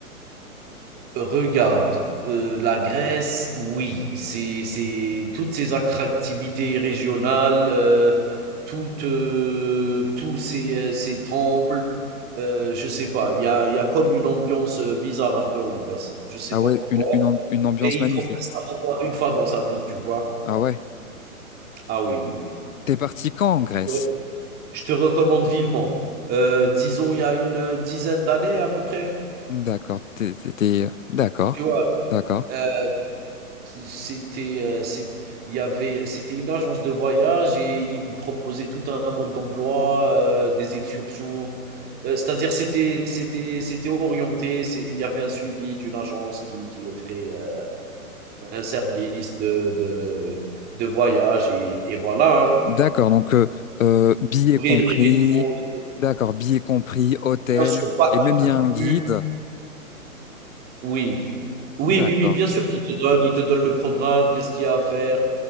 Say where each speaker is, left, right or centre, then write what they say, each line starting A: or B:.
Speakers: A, on the right (about 20°); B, on the left (about 65°).
A: Regarde, euh, la Grèce, oui, c'est, c'est toutes ces attractivités régionales, euh, toutes, euh, tous ces, euh, ces temples, euh, je sais pas, il y a, il y a comme une ambiance euh, bizarre un peu en Grèce. Je sais
B: ah
A: pas
B: ouais,
A: pourquoi,
B: une, une, amb- une ambiance
A: mais il
B: magnifique.
A: faut faire ça au moins une fois dans sa vie, tu vois.
B: Ah ouais.
A: Ah oui, oui,
B: T'es parti quand en Grèce?
A: oui. Je te recommande vivement. Heu, disons, il y a une dizaine d'années à peu près,
B: D'accord, t'es, t'es- t'es- d'accord,
A: tu vois?
B: d'accord,
A: Heu, c'était, heu, c'ét il y avait c'était une agence de voyage et ils proposaient tout un mode d'emploi, heu, des excursions, heu, c'est-à-dire c'était c'était c'était orienté, c'est il y avait un suivi d'une agence qui qui offrait, heu, un service de de de voyage et et voilà, hein.
B: d'accord. Donc, euh, euh, billets
A: Couvrir
B: compris,
A: les régions, les
B: d'accord, billets compris, hôtel,
A: bien sûr, pas
B: et même
A: tout
B: il
A: inclus.
B: y a un guide.
A: Oui. Oui,
B: D'accord,
A: oui, oui, bien sûr qu'il te donne il te donne le programme, qu'est-ce qu'il y a à faire.